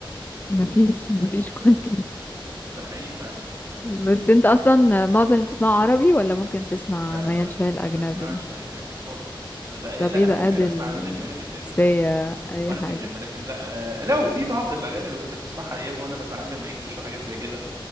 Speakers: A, on the left; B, on the right.
A: <laughs> مفيش كنت
B: ده حقيقي فعلا
A: بس انت اصلا معظم اللي بتسمعه عربي ولا ممكن تسمع
B: لا
A: ميال
B: ما بس
A: شوية
B: ما
A: الاجنبي
B: بسمعش اجنبي خالص ما بقى...
A: طب
B: لا
A: ايه
B: انا
A: ده
B: ممكن
A: ادل
B: اسمع اجنبي وانا في الجيم
A: سيا اي
B: وانا
A: حاجة
B: في الجيم لكن لا آه، لا وفي بعض الاغاني اللي كنا بنسمعها ايام وانا بتعلم انجلش وحاجات زي كده